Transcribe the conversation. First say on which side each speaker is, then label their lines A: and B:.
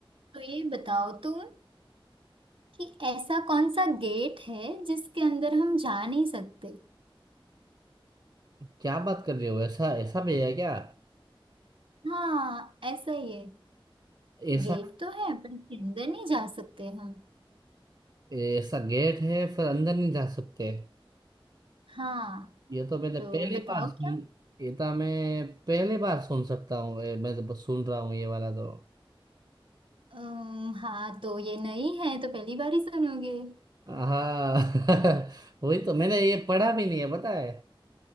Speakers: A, on the right; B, on the right.
A: तो ये बताओ तुम कि ऐसा कौन सा गेट है जिसके अंदर हम जा नहीं सकते
B: क्या बात कर रहे हो ऐसा ऐसा भी है क्या
A: हाँ ऐसा ही है
B: ऐसा
A: गेट तो है पर इसके अंदर नहीं जा सकते हम
B: ऐसा गेट है फिर अंदर नहीं जा सकते
A: हाँ
B: ये तो मैंने
A: तो
B: पहली
A: बताओ
B: बार सुन
A: क्या
B: ये तो मैं पहली बार सुन सकता हूँ ये मैं तो सुन रहा हूँ ये वाला तो
A: अम, हाँ तो ये नई है तो पहली बार ही सुनोगे
B: हाँ <laughs> वही तो मैंने ये पढ़ा भी नहीं है पता है